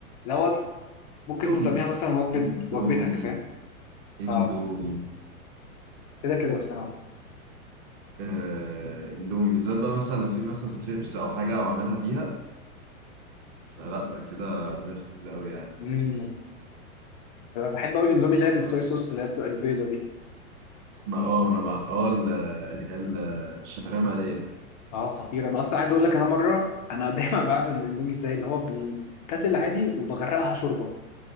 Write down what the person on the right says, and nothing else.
اندومي
اندومي
اندومي
آه اندومي بالذات بقى مثلا لو في مثلا ستريبس أو حاجة أو أعملها بيها فلا ده كده زي الفل أوي يعني
ف-
ما اه ما أنا بقى اه ال- اللي هي الشعرية مالية